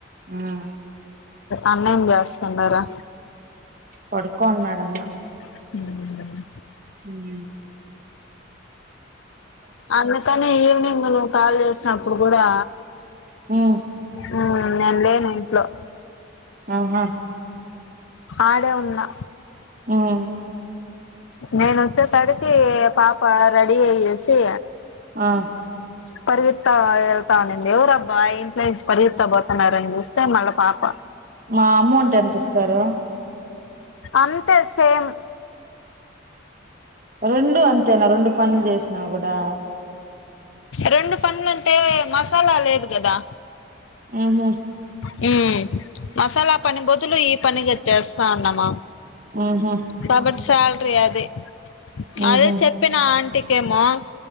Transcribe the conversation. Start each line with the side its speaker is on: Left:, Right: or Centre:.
Right: ఆహా
Left: అన్నయం చేస్తున్నారా
Right: పడుకోన్నాడన్నా
Left: హ్మ్
Right: హ్మ్
Left: అందుకనే ఈవెనింగ్ నువ్వు కాల్ చేసినప్పుడు కూడా
Right: హ్మ్
Left: హ్మ్ నేను లేను ఇంట్లో
Right: ఆహా
Left: ఆడే ఉన్నా
Right: హ్మ్
Left: నేను వచ్చేసడికి పాప రెడీ అయ్యేసి
Right: ఆ
Left: పరిగెత్త వెళ్తా ఉనింది ఎవరు అబ్బా ఇంట్లో నుంచి పరిగెత్తతా పోతున్నారని చూస్తే మళ్ళా పాప
Right: మా అమౌంట్ ఎంత ఇస్తారు
Left: అంతే సేమ్
Right: రెండు అంతేనా రెండు పనులు చేసిన కూడా
Left: రెండు పన్లంటే మసాలా లేదు కదా
Right: ఊహూ
Left: హ్మ్ మసాలా పని బదులు ఈ పనిగ చేస్తా ఉన్నమా
Right: ఉహు
Left: కాబట్టి సార్ ప్రియాదే
Right: ఉహు
Left: అదే చెప్పిన ఆంటీ తేమో